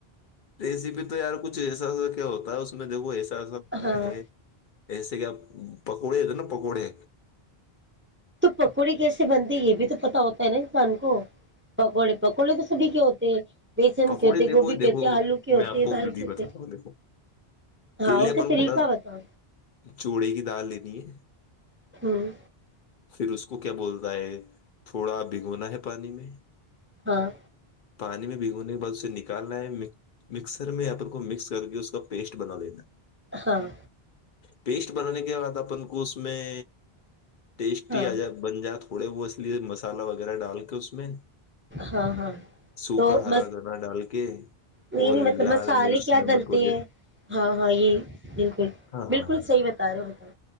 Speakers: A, on the left; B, on the right.
A: رسیپی تو یار کچھ ایسا ایسا کیا ہوتا ہے اس میں دیکھو ایسا سا ہو
B: ہاں
A: ہے ایسے کہ آپ پکوڑے تھ نا پکوڑے
B: پکوڑی کیسے بنتی یہ بھی تو پتا ہوتا ہے نا انسان کو پکوڑے پکوڑے تو سبھی کے ہوتے ہیں بیسن
A: پکوڑے
B: کے ہوتے
A: دیکھو
B: گوبھی
A: دیکھو
B: کے ہوتے آلو کے ہوتے
A: میں آپ کو
B: دال
A: ودھی
B: کے ہوتے
A: بتاتا ہوں دیکھو
B: ہاں
A: پہلے
B: اس
A: اپن
B: کے طریقہ
A: کو نا
B: بتا
A: چوڑے کی دال لینی ہے
B: ہاں
A: پھر اس کو کیا بولتا ہے تھوڑا بھگونا ہے پانی میں
B: ہاں
A: پانی میں بھگونے کے بعد اسے نکالنا ہے مکسر میں اپپ کو مکس کر کے اس کا پیسٹ بنا لینا ہے
B: ہاں
A: پیسٹ بنانے کے بعد اپن کو اس میں ٹیسٹی
B: ہاں
A: آ ج بن جائے تھوڑے وہ اس لیے مسالہ وغیرہ ڈال کے اس میں
B: ہاں ہاں
A: سوکھا
B: تو
A: ہرا
B: م
A: دھنا ڈال کے
B: نہیں
A: اور
B: نہیں مطلب
A: لال
B: مسالے
A: مرچ
B: کیا
A: نمک
B: ڈلتے
A: وغیرہ
B: ہیں ہاں ہاں یہ بالکل
A: ہاں
B: بالکل
A: ہاں
B: صحیح بتا رہے ہاں <unintelligible>